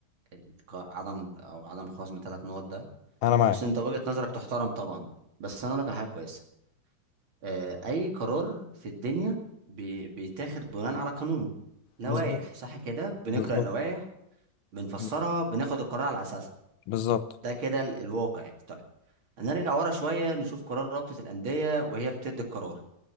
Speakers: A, on the right; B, on the left.
A: ال- عدم او عدم خصم ثلاث نقط ده
B: أنا معاك
A: بص انت وجهه نظرك تحترم طبعا بس انا اقول لك على حاجه كويسه آه، اي قرار في الدنيا بي... بيتاخد بناء على قانون لوائح
B: بالظبط
A: صح كده بنقرا
B: بالظبط
A: اللوائح بنفسرها
B: بالظبط
A: بناخد القرار على اساسها
B: بالظبط.
A: ده كده ال... الواقع يعني. طيب هنرجع ورا شويه نشوف قرار رابطه الانديه وهي بتدي القرار